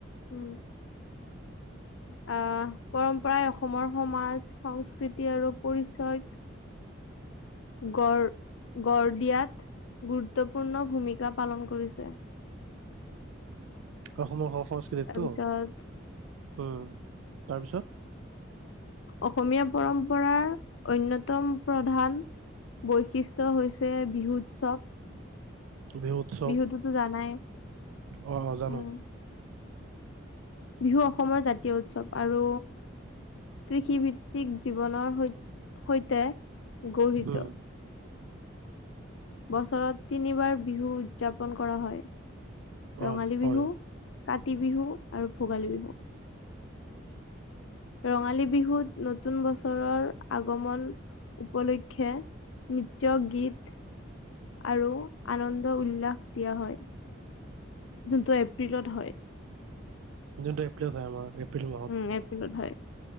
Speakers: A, on the left; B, on the right.
A: উম অ' পৰম্পৰাই অসমৰ সমাজ-সংস্কৃতি আৰু পৰিচয় গড় গড় দিয়াত গুৰুত্বপূৰ্ণ ভূমিকা পালন কৰিছে।
B: অসমৰ স সংস্কৃতিক
A: তাৰপিছত
B: টো উম তাৰপিছত
A: অসমীয়া পৰম্পৰ অন্যতম প্ৰধান- বৈশিষ্ট্য হৈছে বিহু উৎসৱ।
B: বিহু উৎসৱ
A: বিহুতোতো জানাই
B: অ অ জানো
A: উম',। বিহু অসমৰ জাতীয় উৎসৱ আৰু, কৃষিৰ কৃষি জীৱনৰ সৈ- সৈতে গড়িত।
B: উম
A: বছৰত তিনিবাৰ বিহু উদযাপন কৰা হয়,
B: হয়
A: ৰঙালী
B: হয়
A: বিহু কাতি বিহু আৰু ভোগালী বিহু। ৰঙালী বিহুত নতুন বছৰৰ আগমন উপলক্ষে নৃত্য, গীত আৰু আনন্দ উল্লাস দিয়া হয়। যোনটো এপ্ৰিলত হয়।
B: জুনটো এপ্ৰিলত আমাৰ এপ্ৰিল মাহত
A: উম', এপ্ৰিলত হয়।